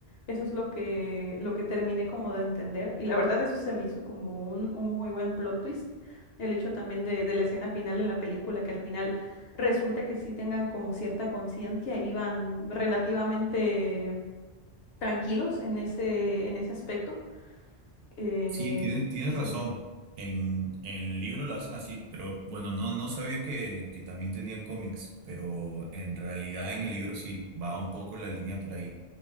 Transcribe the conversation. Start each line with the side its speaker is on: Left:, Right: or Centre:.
Left: Eso es lo que, lo que terminé como de entender. Y la verdad eso se me hizo como un, un muy buen plot twist. El hecho también de, de la escena final en la película, que al final resulta que sí tengan como cierta conciencia y vivan relativamente tranquilos en ese, en ese aspecto. Eh,
Right: Sí, tienes, tienes
Left: sí.
Right: razón. En, en el libro lo hacen así, pero bueno, no, no sabía que, que también tenían cómics, pero en realidad en el libro sí va un poco la línea por ahí.